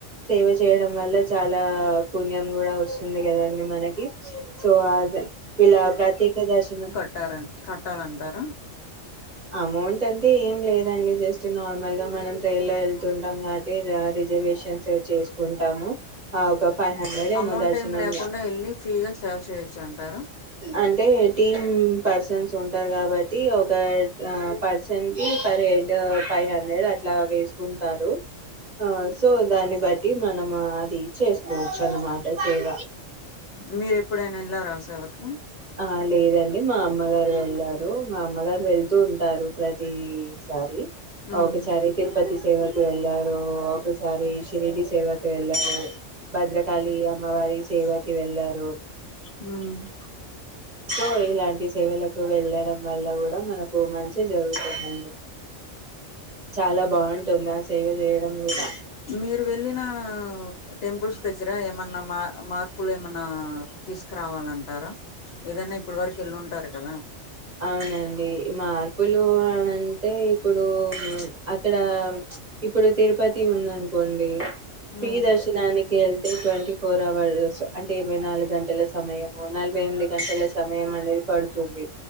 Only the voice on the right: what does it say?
సేవ చేయడం వల్ల చాలా పుణ్యం కూడా వస్తుంది కదండి మనకి సో ఆ ఇలా ప్రత్యేక దర్శనం
అమౌంట్ అంటే ఏం లేదండి జస్ట్ నార్మల్గా మనం ట్రైన్ లో వెళ్తుంటాం కాబట్టి. రిజర్వేషన్స్ చేసుకుంటాము. ఆ ఒక ఫైవ్ హండ్రెడ్ ఏమో
దర్శనం
అంటే టీమ్ పర్సన్స్ ఉంటారు కాబట్టి. ఒక పర్సన్ కి పర్ హెడ్ ఫైవ్ హండ్రెడ్ అట్లా వేసుకుంటారు. ఆ సో దాన్ని బట్ ట్టి మనమా అది చేసుకోవచ్చు. అన్నమాట సేవ
ఆ లేదండి. మా అమ్మగారు వెళ్ళారు. మా అమ్మగారు వెళ్తూ ఉంటారు. ప్రతి సారి
ఓకసారి తిరుపతి స్ సేవకు వెళ్లారు, ఒకసారి శిరిడి సేవకు వెళ్లారు భద్రకాళి అమ్మవారి స్ సేవకి వెళ్లరు
సో ఇలాంటి సేవలకు వెళ్ళడం వల్ల కూడా మన కు మంచే జరుగుతుందండి చాలా బాగుంటుంది. ఆ సేవ చేయడం కూడా
అవునండి మార్పులు అ అంటే ఇప్పుడు అక్కడా ఇప్పుడు తిరుపతి ఉందనుకోండి శ్రీదర్శనానికి
వెళ్తే ట్వంటీ ఫోర్ అవర్స్ అంటే ఇరవై నాలుగు గంటల సమయము నలభై ఎనిమిది గంటల సమయం అనేది పడుతుంది